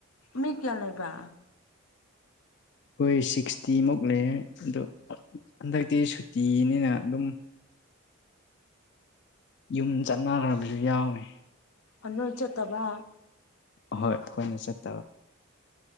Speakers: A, on the left; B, on the left.
A: ꯃꯤ ꯀꯌꯥ ꯂꯩꯕ
B: ꯍꯣꯏ ꯁꯤꯛꯁꯇꯤꯃꯨꯛ ꯂꯩ ꯑꯗꯣ ꯍꯟꯗꯛꯇꯤ ꯁꯨꯇꯤꯅꯤꯅ ꯑꯗꯨꯝ ꯌꯨꯝ ꯆꯠꯅꯈ꯭ꯔꯕꯁꯨ ꯌꯥꯎꯏꯤ
A: ꯑꯅꯣꯜ ꯆꯠꯇꯕ
B: ꯑꯍꯣꯏ ꯑꯩꯈꯣꯏꯅ ꯆꯠꯇꯕ